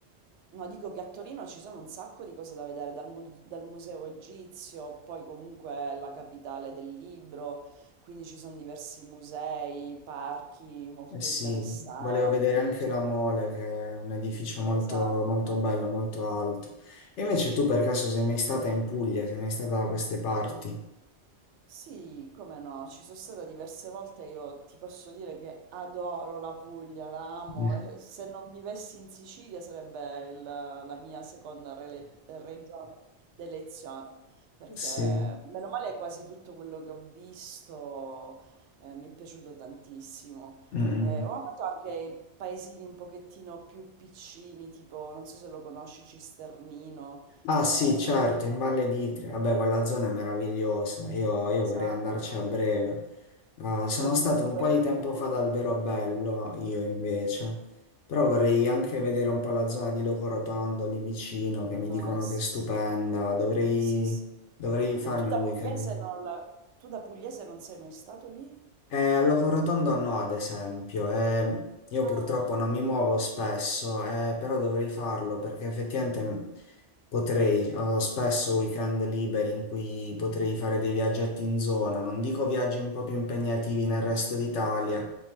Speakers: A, on the right; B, on the left.
A: No, dico che a Torino ci sono un sacco di cose da vedere, dal, mu- dal Museo Egizio, poi comunque è la capitale del libro, quindi ci sono diversi musei, parchi molto
B: Eh sì,
A: interessanti.
B: volevo vedere anche
A: cioè,
B: la Mole, che è un edificio molto,
A: esatto,
B: molto bello, molto alto. E invece tu per caso sei mai stata in Puglia, sei mai stata da queste parti?
A: Sì, come no, ci sono stata diverse volte, io ti posso dire che adoro la Puglia, la amo,
B: <laughs>
A: e se non vivessi in Sicilia sarebbe il- la mia seconda rele- regione d'elezione, perché
B: Sì.
A: meno male quasi tutto quello che ho visto eh, mi è piaciuto tantissimo.
B: Mm-mm.
A: Eh, ho amato anche i paesini un pochettino più piccini, tipo, non so se lo conosci, Cisternino.
B: Ah
A: eh,
B: sì, certo, in Valle d'Itria, vabbè, quella zona è meravigliosa, io, io
A: Esatto.
B: vorrei andarci a breve. Ah, sono
A: Con
B: stato
A: tutti
B: un
A: quei
B: po' di tempo
A: punti.
B: fa ad Alberobello, io invece, però vorrei anche vedere un po' la zona di Locorotondo lì vicino, che mi dicono
A: Ah, eh sì,
B: che è stupenda.
A: sì, no.
B: Dovrei,
A: Sì, sì.
B: dovrei farmi
A: E tu da
B: un weekend
A: pugliese
B: lì.
A: non la... tu da pugliese non sei mai stato lì?
B: Eh, al Loco Rotondo no, ad esempio, eh, io purtroppo
A: Ah,
B: non mi muovo spesso, eh, però dovrei farlo perché effettivamente mh, potrei, ho spesso weekend liberi in cui potrei fare dei viaggetti in zona, non dico viaggi un po' più impegnativi nel resto d'Italia,